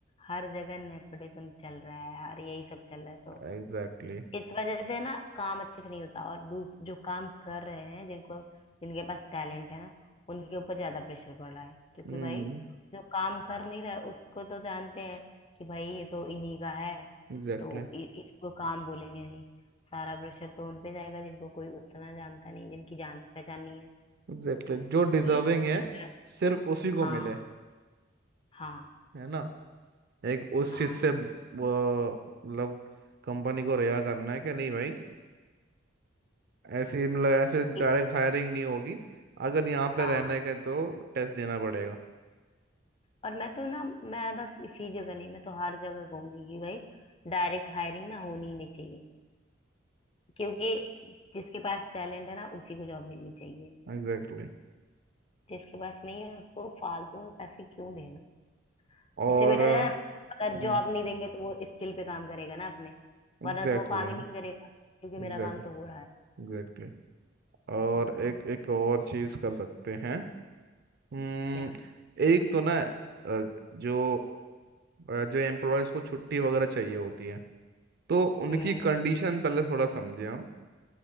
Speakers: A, on the left; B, on the right.
A: हर जगह नेपोटिज्म चल रहा है और यही सब चल रहा है तो
B: एग्जैक्टली
A: इस वजह से ना काम अच्छे से नहीं होता और दूस जो काम कर रहे हैं जिनको जिनके पास टैलेंट है ना उनके ऊपर ज्यादा प्रेशर पड़ रहा है क्योंकि
B: हम्म
A: भाई जो काम कर नहीं रहा है उसको तो जानते हैं कि भाई ये तो इन्हीं का है
B: एग्जैक्टली
A: तो इ, इसको काम बोलेंगे नहीं सारा प्रेशर तो उनपे जाएगा जिनको कोई उतना जानता नहीं जिनकी जान पहचान नहीं है
B: एग्जैक्टली
A: तो
B: जो डिजर्विंग
A: ये सब
B: है सिर्फ उसी को
A: हाँ
B: मिले
A: हाँ
B: है ना एक उस
A: हाँ
B: चीज से वो मतलब कंपनी को रिहा करना है कि नहीं भाई ऐसे मतलब
A: हाँ
B: ऐसे डायरेक्ट
A: ये-
B: हायरिंग नहीं होगी अगर यहाँ पे
A: हाँ
B: रहने के तो टेस्ट देना पड़ेगा
A: और मैं तो ना मैं बस इसी जगह नहीं मैं तो हर जगह कहूंगी कि भाई डायरेक्ट हायरिंग ना होनी ही नहीं चाहिए क्योंकि जिसके पास टैलेंट है ना उसी को जॉब मिलनी चाहिए
B: एग्जैक्टली
A: जिसके पास नहीं है उसको फालतू में पैसे क्यों देना
B: और
A: इससे बेटर है ना अगर
B: हम्म
A: जॉब नहीं देंगे तो वो स्किल पे काम करेगा ना अपने
B: एग्जैक्टली
A: वरना तो वो काम ही नहीं करेगा क्योंकि
B: एग्जैक्ट
A: मेरा काम तो हो रहा है
B: एग्जैक्टली और
A: हम्म,
B: एक एक और चीज कर सकते हैं हम्म
A: क्या
B: एक तो ना अ, जो अ, जो एम्प्लॉयज को छुट्टी वगैरह चाहिए होती है तो उनकी
A: हम्म
B: कंडीशन पहले थोड़ा समझे हम